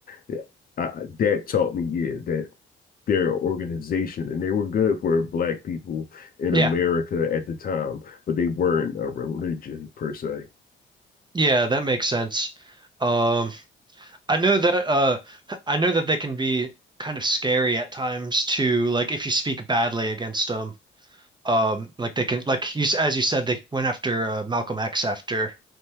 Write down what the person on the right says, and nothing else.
Yeah.
Yeah, that makes sense. Um I know that uh I know that they can be kind of scary at times too, like if you speak badly against them. Um like they can like you s- as you said they went after uh, Malcolm X after